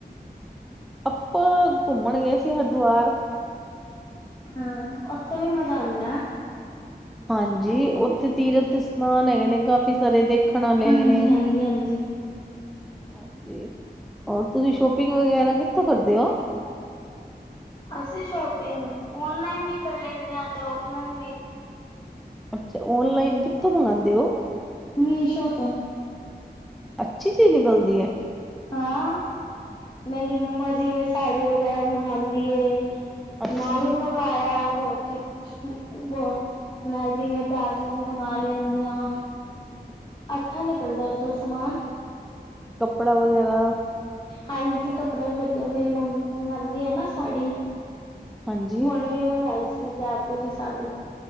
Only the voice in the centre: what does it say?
ਆਪ ਘੁੰਮਣ ਗਏ ਸੀ ਹਰਿਦੁਆਰ।
ਹਾਂਜੀ ਉੱਥੇ ਤੀਰਥ ਇਸ਼ਨਾਨ ਹੈਗੇ ਨੇ ਕਾਫੀ ਸਾਰੇ ਦੇਖ ਦੇਖਣ ਆਲੇ
ਹੈਗੇ ਨੇ। ਹਾਂਜੀ, ਹੋਰ ਤੁਸੀਂ ਸ਼ੋਪਿੰਗ ਵਗੈਰਾ ਕਿੱਥੋਂ ਕਰਦੇ ਹੋ?
ਅੱਛਾ, ਔਨਲਾਈਨ ਕਿੱਥੋਂ ਮੰਗਵਾਉਂਦੇ ਓ?
ਅੱਛੀ ਚੀਜ਼ ਨਿਕਲਦੀ ਆ?
ਅੱਛਾ
ਜੀ
ਕੱਪੜਾ ਵਗੈਰਾ।
ਹਾਂਜੀ